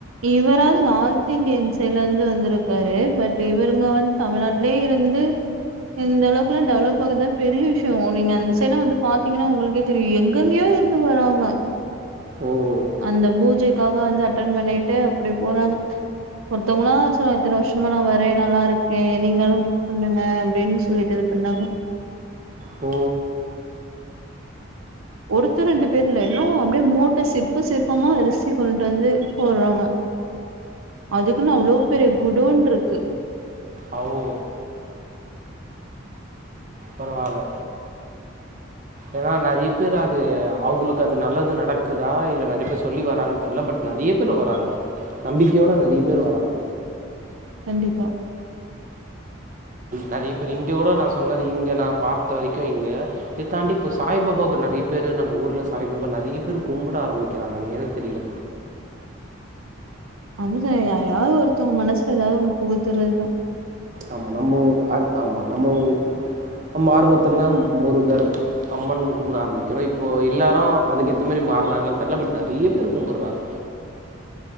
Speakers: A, on the right; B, on the right.
A: இவராது நார்த் இந்தியன் சைட்ல இருந்து வந்திருக்காரு பட் இவுங்க வந்து தமிழ்நாட்லே இருந்து இந்த அளவுக்குல்லா டெவலப் ஆகுறதா பெரிய விஷ்யோ நீங்க அந்த சைட்ல வந்து பார்த்தீங்கன்னா உங்களுக்கே தெரியு எங்க எங்கெங்யோ இருந்து வராங்க
B: ஓ
A: அந்த பூஜைக்காக வந்து அட்டன் பண்ணிட்டு அப்டி போறாங்க ஒருத்தவுங்களா சொல்ல இத்தன வருஷமா நா வரே நல்லா இருக்கே நீங்களு பண்ணுங்க அப்டின் சொல்லிட்டு இது பண்ணாங்க
B: ஓ
A: ஒருத்தர் ரெண்டு பேர் இல்ல எல்லா அப்டியே மூட்ட சிப்ப சிற்பமா அரிசி கொண்டு வந்து போட்றாங்க அதுக்குன்னு அவ்ளோ பெரிய குடோன் இருக்கு
B: ஆவோ பரவால ஏன்னா நெறைய பேரு அது அவுங்களுக்கு அது நல்லது நடக்குதா இல்ல நறைய பேர் சொல்லி வராங்க தெர்ல பட் நெறைய பேர் வராங்க நம்பிக்கையோட நெறைய பேர் வராங்க
A: கண்டிப்பா
B: நெறைய பேர் இங்க கூட நா சொன்னது இங்க நா பார்த்த வரைக்கு இங்க இதத்தாண்டி இப்போ சாய் பாபாக்கு நறைய பேரு நம்ம ஊர்ல சாய்பாபா நறையே பேரு கும்பிட ஆரம்பிக்கிறாங்க அது ஏன்னு தெரில
A: அதுதா யார்யாது ஒருத்தவுங்க மனசுல ஏதாவது ஒண்ணு புகுத்தறதுதா
B: ஆமா நம்போ அ ஆமா நம்போ நம்ம ஆரம்பத்துல்லா முருகர் அம்மன் கும்புட ஆரம்பிக்கிறோ இப்போ எல்லாரு அதுக்கேத்த மாரி மார்றாங்ளான் தெர்ல பட் நெறைய பேர் கும்புறாங்க